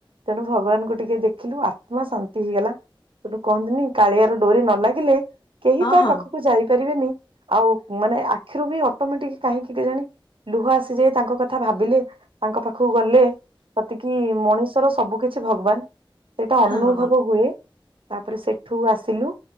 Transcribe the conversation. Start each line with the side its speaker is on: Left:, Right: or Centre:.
Right: ତେଣୁ ଭଗବାନଙ୍କୁ ଟିକେ ଦେଖିଲୁ ଆତ୍ମା ଶା ନ୍ତି ହେଇଗଲା ତେଣୁ କୁହନ୍ତିନି କାଳିଆର ଡୋରି ନ ଲାଗିଲେ କେହି ତା
Left: ହଁ
Right: ପାଖକୁ ଯାଇପାରିବେନି ଆଉ ମାନେ ଆଖିରୁ ବି ଅଟମେଟିକି କାହିଁକି କେଜାଣି ଲୁହ ଆସିଯାଏ ତାଙ୍କ କଥା ଭାବିଲେ ତାଙ୍କ ପାଖକୁ ଗଲେ ସତେକି ମଣିଷର ସବୁ କିଛି ଭଗବାନ୍ ସେଇଟା
Left: ହଁ
Right: ଅନୁଭବ
Left: ହଁ
Right: ହୁଏ। ତାପରେ ସେଠୁ ଆସିଲୁ